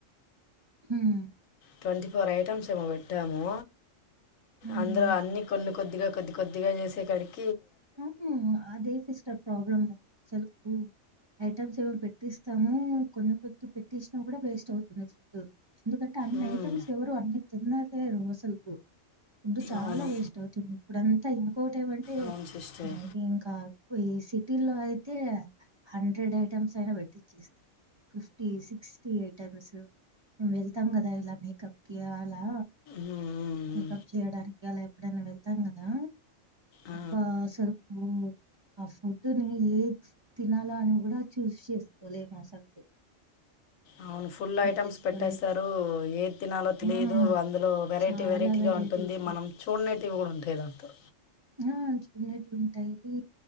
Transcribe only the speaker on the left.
ట్వంటీ ఫోర్ ఐటమ్స్ ఏమో పెట్టాము
అందులో అన్ని కొన్ని కొద్దిగా కొద్ది కొద్దిగా చేసే కాడికి
మ్మ్,
అవును
అవును సిస్టర్
మ్మ్, మ్మ్,
ఆ,
అవును పుల్ ఐటమ్స్
పెట్టేస్తారు ఏది తినాలో తెలిదు
అందులో వెరైటీ
వెరైటీగా
ఉంటుం ది మనం చూడనేటివి కూడా ఉంటాయి దాంట్లో